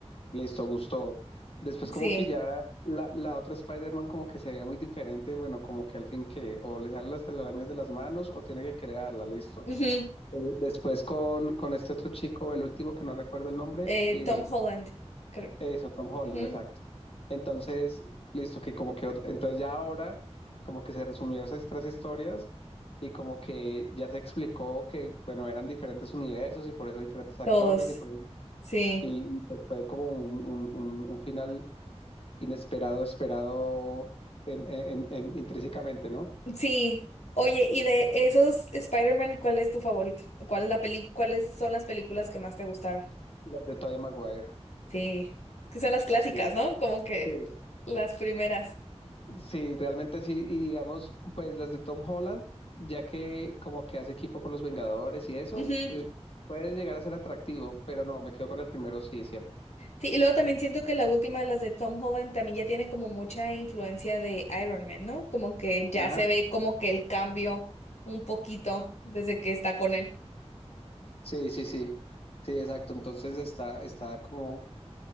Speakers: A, on the left; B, on the left.
A: Listo, gustó. Después como
B: Sí.
A: que ya la, la otra Spider-Man como que se veía muy diferente, bueno, como que al fin que o le salen las telarañas de las manos o tiene que crearla, listo.
B: Ujú.
A: Eh, después con, con este otro chico, el último que no recuerdo el nombre,
B: Eh,
A: eh,
B: Tom Holland, creo.
A: eso, Tom Holland,
B: Ujú.
A: exacto. Entonces, listo, que como que otra- entonces ya ahora como que se resumieron esas tres historias y como que ya se explicó que, bueno, eran diferentes universos y por eso diferentes actores
B: Todos.
A: y por eso-
B: Sí.
A: y, y, pues fue como un, un, un- un final inesperado, esperado en, en- en- intrínsecamente, ¿no?
B: Sí. Oye, y de esos Spider-Man, ¿cuál es tu favorito? ¿Cuál es la peli, cuáles son las películas que más te gustaron?
A: Las de Tobey Maguire.
B: Sí. Es que son las clásicas,
A: Sí,
B: ¿no? Como que
A: sí.
B: las primeras.
A: Sí, realmente sí. Y digamos, pues las de Tom Holland, ya que como que hace equipo con los Vengadores y eso,
B: Ujú.
A: eh, puede llegar a ser atractivo, pero no, me quedo con el primero, sí, siempre.
B: Sí, y luego también siento que la última de las de Tom Holland también ya tiene como mucha influencia de Iron Man, ¿no? Como que ya
A: Ajá.
B: se ve como que el cambio un poquito desde que está con él.
A: Sí, sí, sí. Sí, exacto. Entonces está, está como